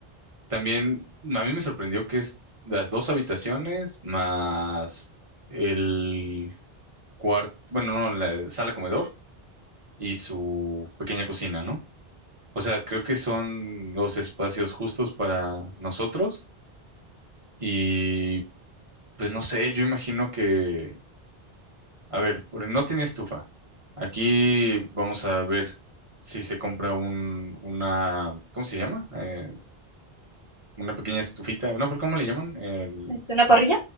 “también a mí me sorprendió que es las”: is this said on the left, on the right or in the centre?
Right